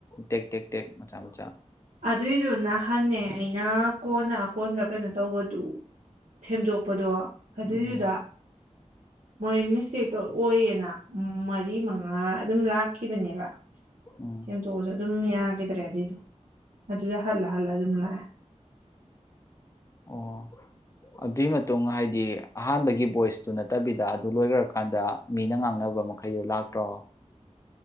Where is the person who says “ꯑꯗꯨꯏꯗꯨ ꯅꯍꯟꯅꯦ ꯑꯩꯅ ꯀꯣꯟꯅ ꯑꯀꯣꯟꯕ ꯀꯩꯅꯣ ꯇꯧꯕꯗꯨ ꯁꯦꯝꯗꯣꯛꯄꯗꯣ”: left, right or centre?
Right